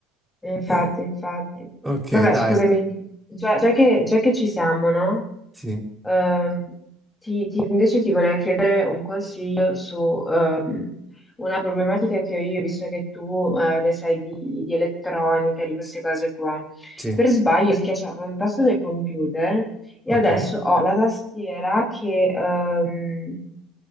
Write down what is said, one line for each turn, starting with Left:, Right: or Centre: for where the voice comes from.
Left: Eh, Infatti,
Centre: Eh,
Left: infatti.
Centre: ok,
Left: Vabbè,
Centre: dai,
Left: scusami, già, già che, già che ci siamo, no?
Centre: sì,
Left: Ehm, ti- ti- invece ti volevo chiedere un consiglio su ehm, una problematica che ho io, visto che tu eh, ne sai di, di elettronica, di queste cose qua.
Centre: sì,
Left: Per sbaglio schiacciavo un tasto del computer io
Centre: ok.
Left: adesso ho la tastiera che, ehm,